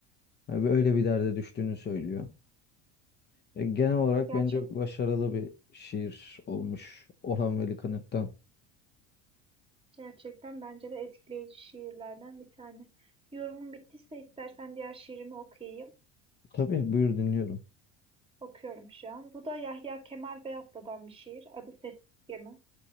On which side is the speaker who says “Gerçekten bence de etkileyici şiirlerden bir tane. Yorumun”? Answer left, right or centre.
Right